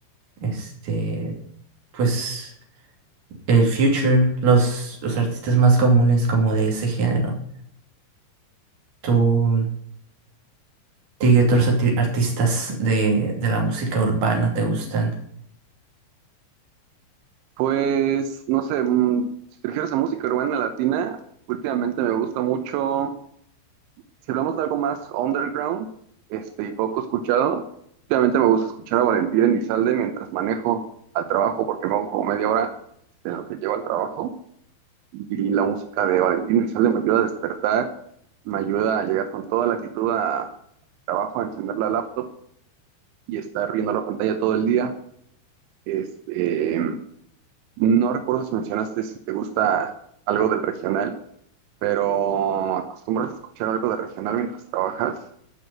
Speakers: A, on the right; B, on the right.
A: este, pues el Future, los, los artistas más comunes como de ese género. ¿Tú, ti, qué otros arti- artistas de, de la música urbana te gustan?
B: Pues, no sé, mm, si te refieres a música urbana latina, últimamente me gusta mucho, si hablamos de algo más underground, este, y poco escuchado, últimamente me gusta escuchar a Valentín Elizalde mientras manejo al trabajo, porque me hago como media hora de lo que llevo al trabajo, y la música de Valentín Elizalde me ayuda a despertar, me ayuda a llegar con toda la actitud a- al trabajo, a encender la laptop y estar viendo la pantalla todo el día. Este, No recuerdo si mencionaste si te gusta algo del regional, pero ¿acostumbras a escuchar algo de regional mientras trabajas?